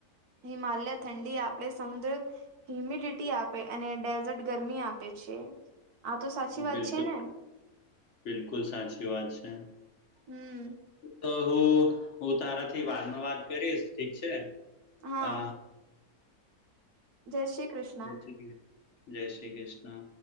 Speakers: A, on the right; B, on the left.
A: હિમાલયા ઠંડી આપડે સમુદ્ર હ્યુમિડિટી આપે અને ડેઝર્ટ ગરમી આપે છે. આ તો સાચી વાત
B: બિલકુલ
A: છે ને
B: બિલકુલ સાચી વાત છે.
A: હમ
B: તો હું હું તારાથી વાદમાં વાત કરીશ ઠીક છે
A: હા
B: અ
A: જય શ્રી કૃષ્
B: જય શ્રી કૃષ્ણ જય શ્રી કૃષ્ણ.